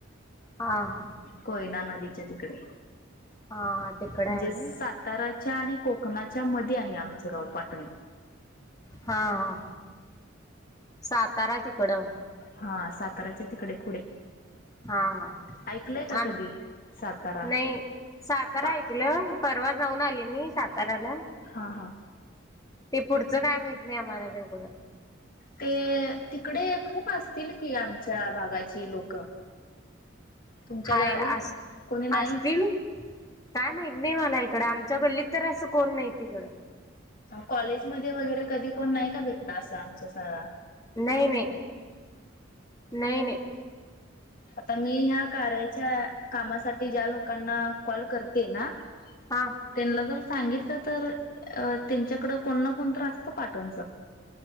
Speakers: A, on the left; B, on the left.
A: हा हा
B: कोयना नदीच्या तिकडे
A: हा तिकडं
B: म्हणजे
A: आहे होय.
B: सातारा आणि कोकणाच्या मध्ये आहे आमचं गाव पाटण
A: हा हा सात ताराची कडव
B: हा साताऱ्याच्या तिकडे पुढे
A: हा हा
B: ऐकलंय का
A: आणि
B: कधी सातारा
A: नाही सातारा
B: पा
A: ऐकलं परवा जाऊन आली मी साताऱ्याला
B: हा ह
A: ते पुढचं काय माहित नाही आम्हाला तेवढं
B: ते तिकडे खूप असतील की आमच्या भाग जगाची लोक तुमच्या
A: हाय
B: गावी
A: अस
B: कोणी नाही
A: असतील काय माहि नाही मला इकडं आमच्या कल्लीत तर असं कोण नाही तिकडं
B: कॉलेज मध्ये वगैरे कधी कोण नाही का भेटला असं आमच्या सग
A: नाही नाही नाही नाही
B: आता मी ह्या कारयच्या कामासाठी ज्या लोकांना कॉल करते ना
A: हा
B: त्यांला तर सांगितलं तर त्यांच्याकड कोण ना कोण त्रासत पाठणच